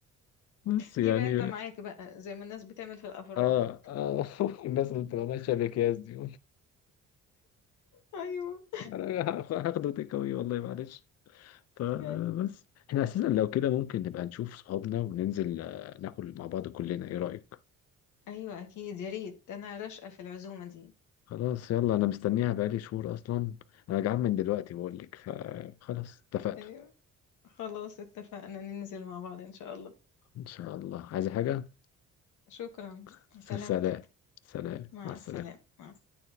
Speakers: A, on the left (about 55°); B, on the left (about 75°).
A: بس يعني
B: جيب علبة معاك بقى زي ما الناس بتعمل في الأفراح
A: اه اه <laughs> الناس اللي بتبقى ماشيه باكياس دي
B: أيوة
A: انا هاخده تيك أواي والله معلش فبس
B: أيوة
A: احنا اساسا لو كده ممكن نبقى نشوف صحابنا وننزل آه، ناكل مع بعض كلنا ايه رايك
B: أيوة أكيد يا ريت أنا راشقة في العزومة دي
A: خلاص يلا انا مستنيها بقالي شهور اصلا انا جعان من دلوقتي بقول لك فخلاص اتفقنا
B: أيوة خلاص اتفقنا ننزل مع بعض إن شاء الله
A: ان شاء الله عايزة حاجة
B: شكرا
A: <laughs>
B: سلامتك
A: سلام سلام
B: مع
A: مع السلامة
B: السلامة مع السلامة.